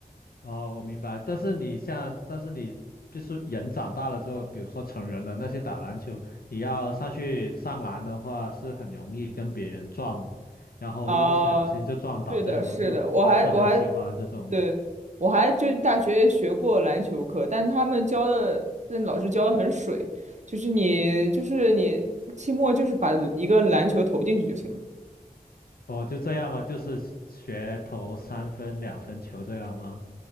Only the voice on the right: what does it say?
啊、是的，
是的，我还我还对我还就是大学也学过篮球课，但他们教的，但老师教的很水，就是你就是你期末就是把一个篮球投进去就行了。